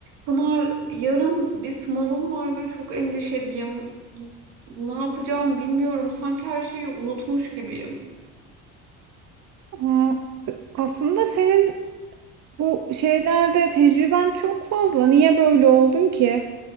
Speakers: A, on the right (about 80°); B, on the right (about 55°).
A: Pınar, yarın bir sınavım var ve çok endişeliyim. Ne yapacağım bilmiyorum. Sanki her şeyi unutmuş gibiyim.
B: Ha, t- aslında senin bu şeylerde tecrüben çok fazla. Niye böyle oldun ki?